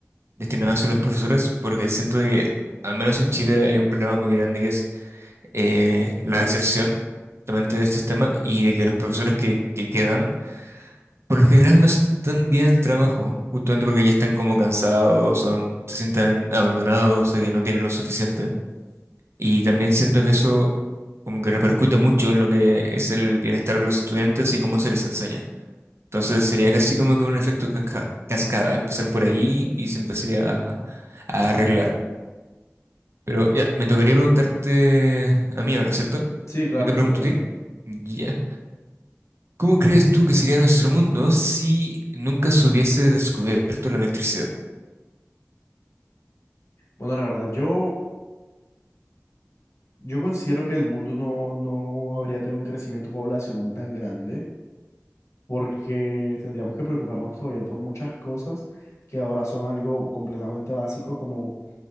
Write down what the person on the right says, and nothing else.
destinado hacia los profesores, porque siento de que al menos en Chile hay un problema muy grande que es eh, la deserción justamente de este sistema y de que los profesores que, que quedan, por lo general no hacen tan bien el trabajo, justamente porque ya están como cansados, son, se sientan abandonados, de que no tienen lo suficiente. Y también siento que eso como que repercute mucho en lo que es el bienestar de los estudiantes y cómo se les enseña. Entonces sería casi como que un efecto casca- cascada, empezar por ahí y se empezaría a a arreglar. Pero ya, me tocaría preguntarte a mí ahora, ¿cierto?
Yo te pregunto
a ti.
Ya. ¿Cómo crees tú que sería nuestro mundo si nunca se hubiese descubierto la electricidad?